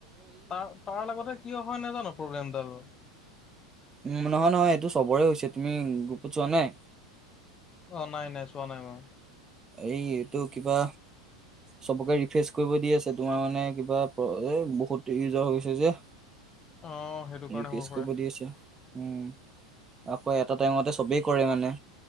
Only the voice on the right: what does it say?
উম নহয় নহয় এইটো চবৰে হৈছে তুমি গ্ৰুপত চোৱা নাই।
এই এইটো কিবা চবকে ৰিফ্ৰেচ কৰিব দি আছে তোমাৰ মানে কিবা বহুত ইউজৰ হৈছে যে।
ৰিফ্ৰেৰ্চ
কৰিব দি আছ উম আকৌ এ এটা টাইমতে সবেই কৰে মানে।